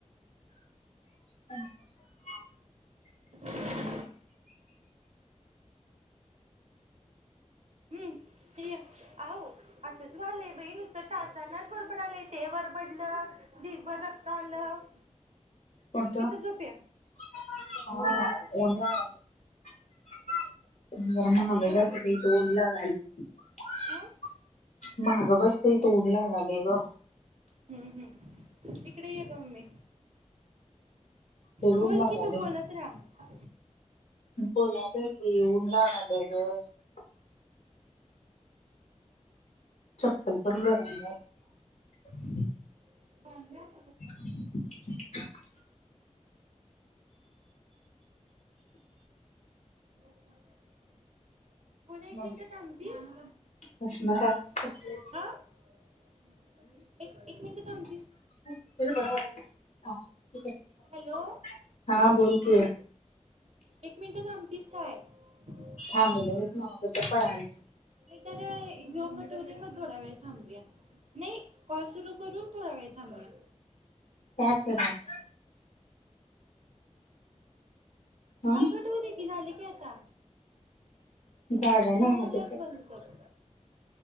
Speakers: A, on the left (about 75°); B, on the right (about 60°).
A: <unintelligible>
B: <inaudible> हम्म ही घ्या आवो! असू द्या झाले बाई नुसतं टाचानाच वरबडालेय ते वरबडलं ढीगभर रक्त आलं <inaudible>
A: कोणत
B: इथं झोप या
A: <unintelligible> <unintelligible> जरा मागं
B: हॅलो
A: जातो बाई इथं ऊन लागालय <unintelligible>
B: हा
A: माहागं बस तई इथं ऊन रागावर ग
B: हूं हूं इकडे ये ग मम्मी
A: लय
B: बोल
A: ऊन लागालय
B: की, तू बोलत राहा.
A: बोलालोय की ऊन लागालय हो ग चप्पल पण गरम झालय
B: <unintelligible>
A: <inaudible>
B: बघ <unintelligible> बोला एक
A: नाही
B: मिनिट थांबतीस
A: बसणार आहे
B: हा <unintelligible> एक एक मिनिट थांब
A: <unintelligible> बरं वाटालय आ <unintelligible>
B: हॅलो
A: हा बोल की
B: एक मिनिट थांबतीस काय? <unintelligible>
A: थांबलोयच नव्ह कुठं पळालोय
B: नही तर <unintelligible> मग थोडा वेळ थांबुया नाही कॉल सुरू करून थोडा वेळ थांबवुया
A: काय कराव हं
B: हाकट होऊ देकी झालं की पी आता
A: जागा
B: सहा
A: नाही
B: झाल्यावर
A: अगं तर
B: बंद कर